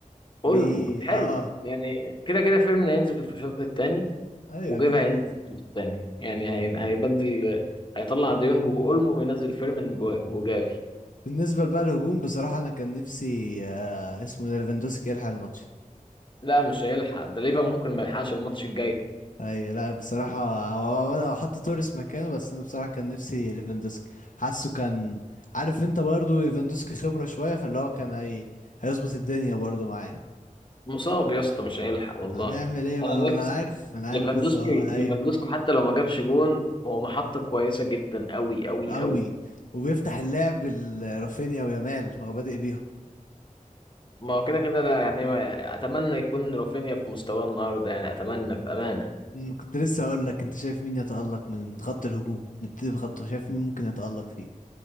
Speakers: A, on the left (about 35°); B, on the left (about 70°).
A: اولمو
B: دي
A: حلو
B: اه
A: يعني كده كده فيرمين هينزل في الشوط الثاني
B: ايوه
A: وجافي
B: كده
A: هينزل
B: كده
A: في الشوط الثاني يعني هي- هيبدل هيطلع ديونج واولمو وينزل فيرمين وجا- وجافي
B: مم. بالنسبة بقى للهجوم بصراحة انا كان نفسي آه اسمه إيه ده ليفاندوسكي يلحق الماتش
A: لا مش هيلحق ده ليفا ممكن ما يلحقش الماتش الجاي
B: ايوه لا بصراحة هو- هو انا حط توريس مكانه بس انا بصراحة كان نفسي ليفاندوسكي حاسه كان عارف انت برضو ليفاندوسكي خبرة شوية فاللي هو كان هي... هيظبط الدنيا برضو معاه
A: مصاب يا اسطى مش هيلحق والله
B: هنعمل ايه بقى
A: انا
B: ما
A: نفسي
B: انا عارف ما انا عارف
A: ليفاندوسكي
B: بس والله
A: ليفاندوسكي
B: ايوه
A: حتى لو ما جابش جون هو محطة كويسة جدا قوي قوي
B: قوي
A: قوي
B: وبيفتح اللعب ال- رافينيا ويامال هو بادئ بيهم
A: ما هو كده كده لا يعني ما اتمنى يكون رافينيا في مستواه النهارده يعني اتمنى بأمانة
B: أمم، كنت لسه اقول لك انت شايف مين يتألق من خط الهجوم نبتدي بخطه شايف مين ممكن يتألق فيه